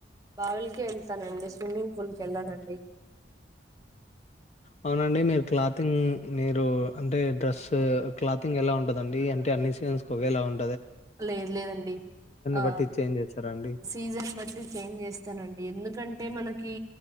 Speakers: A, on the right; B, on the left.
A: బావిలకె ఎళ్తానండి స్విమ్మింగ్ పూల్ కి వెళ్ళానండి
B: అవునండి మీరు క్లాతింగ్ మీరు అంటే డ్రెస్ క్లాతింగ్ ఎలా ఉంటదండి అంటే అన్ని సీజన్స్ కి ఒకేలా వుం
A: లేదు లేదండి ఆ
B: బట్టి చేంజ్ చేస్తారా అండి
A: సీజన్ బట్టి చేంజ్ జేస్తనండి ఎందుకంటే మనక్ కి